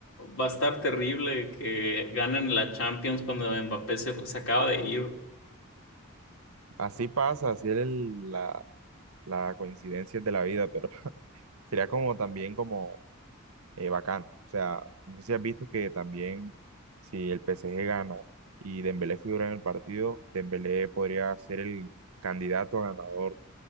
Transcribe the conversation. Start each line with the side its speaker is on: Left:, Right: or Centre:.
Left: va a estar terrible que ganen la Champions cuando Mbappé se, fu- se acaba de ir.
Right: así pasa, así es el- la, la coincidencia de la vida, pero <laughs> sería como también como eh, bacano. O sea, no sé si has visto que también si el PSG gana y Dembélé figura en el partido, Dembélé podría ser el candidato a ganador